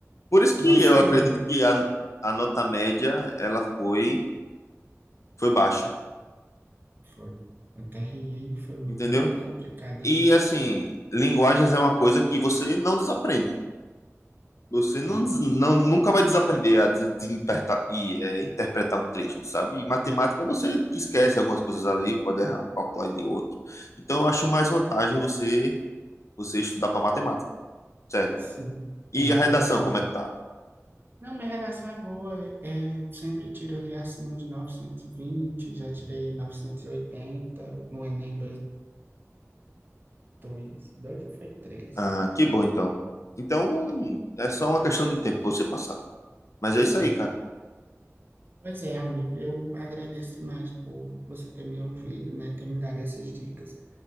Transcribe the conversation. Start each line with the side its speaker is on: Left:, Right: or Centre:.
Left: Por isso que
Right: nosso
Left: eu acredito
Right: erro
Left: que a, a nota média, ela foi, foi baixa,
Right: foi. Até riei, foi muito
Left: entendeu?
Right: complicado.
Left: E, assim, linguagens é uma coisa que você não desaprende. Você não,
Right: É,
Left: des- não- nunca vai desaprender a des- desimperta- e, é, interpretar um texto, sabe? E matemática você esquece algumas coisas ali, pode errar um cálculo ali outro. Então eu acho mais vantagem você você estudar para matemática, sério.
Right: sim,
Left: E
Right: é
Left: a
Right: verdade.
Left: redação, como é que tá?
Right: Não, minha redação é boa. É, eu sempre tiro ali acima de 920. já tirei 980 no Enem 2022, dois Dois ou foi três?
Left: Ah, que bom então. Então hum, é só uma questão de tempo pra você passar. Mas é isso
Right: É,
Left: aí, cara.
Right: Pois é, amigo, eu agradeço demais por você ter me ouvido, né, ter me dado essas dicas.